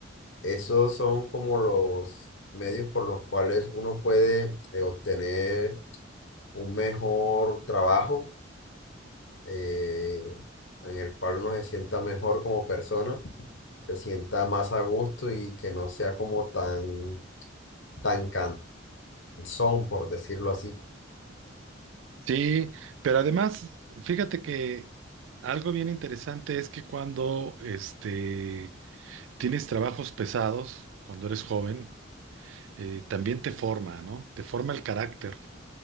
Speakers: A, on the left (about 65°); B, on the right (about 70°).
A: esos son como los medios por los cuales uno puede eh, obtener un mejor trabajo eh, en el cual uno se sienta mejor como persona, se sienta más a gusto y que no sea como tan, tan cansón, por decirlo así.
B: Sí, pero además, fíjate que algo bien interesante es que cuando este, tienes trabajos pesados, cuando eres joven, eh, también te forma, ¿no? Te forma el carácter